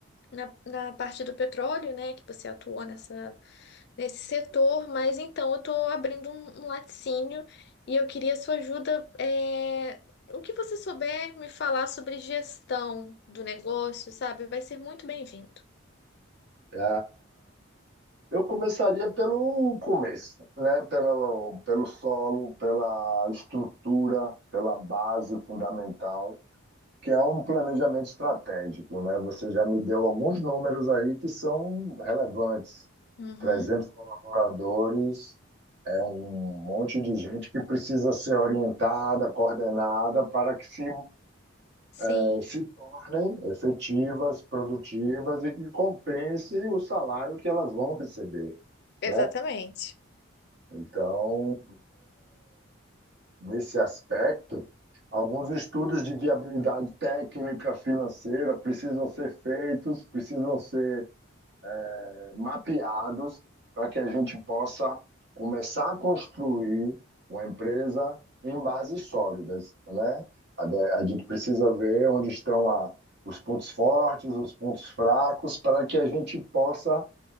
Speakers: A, on the left; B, on the right.
A: na, na parte do petróleo, né, que você atuou nessa, nesse setor, mas então eu estou abrindo um, um laticínio e eu queria sua ajuda. é, o que você souber me falar sobre gestão do negócio, sabe, vai ser muito bem-vindo.
B: É, Eu começaria pelo começo, né? Pelo, pelo solo, pela estrutura, pela base fundamental, que é um planejamento estratégico, né? Você já me deu alguns números aí que são relevantes.
A: Uhum,
B: 300 colaboradores, é um monte de gente que precisa ser orientada, coordenada, para que se,
A: sim.
B: eh, se tornem efetivas, produtivas e que compense o salário que elas vão receber
A: Exatamente.
B: né? Então, nesse aspecto, alguns estudos de viabilidade técnica, financeira precisam ser feitos, precisam ser eh, mapeados para que a gente possa começar a construir uma empresa em bases sólidas, né? A, de- a gente precisa ver onde estão a, os pontos fortes, os pontos fracos, para que a gente possa